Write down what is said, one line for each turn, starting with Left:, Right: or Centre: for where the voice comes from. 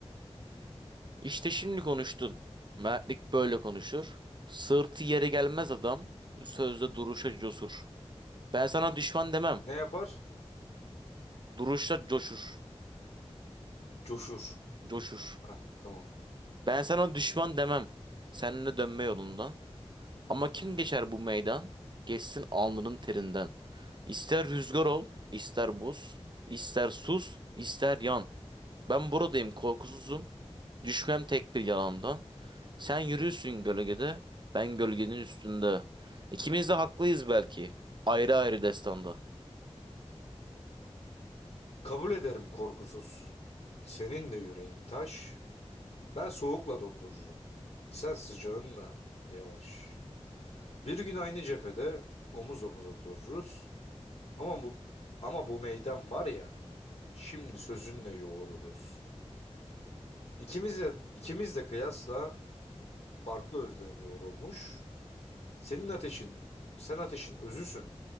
Right: İşte şimdi konuştun. Mertlik böyle konuşur. Sırtı yere gelmez adam. Sözde duruşa cosur. Ben sana düşman demem.
Left: Ne yapar?
Right: Duruşta coşur.
Left: Coşur.
Right: Coşur.
Left: Ha, tamam.
Right: Ben sana düşman demem. Seninle dönme yolundan. Ama kim geçer bu meydan? Geçsin alnının terinden. İster rüzgar ol, ister buz, ister sus, ister yan. Ben buradayım korkusuzum. Düşmem tek bir yalandan. Sen yürüyorsun gölgede, ben gölgenin üstünde. İkimiz de haklıyız belki. Ayrı ayrı destanda.
Left: Kabul ederim korkusuz. Senin de yüreğin taş. Ben soğukla dondururum. Sen sıcağınla yavaş. Bir gün aynı cephede omuz omuza dururuz. Ama bu ama bu meydan var ya. Şimdi sözünle yoğururuz. İkimiz de ikimiz de kıyasla farklı özden yoğrulmuş. Senin ateşin, sen ateşin özüsün.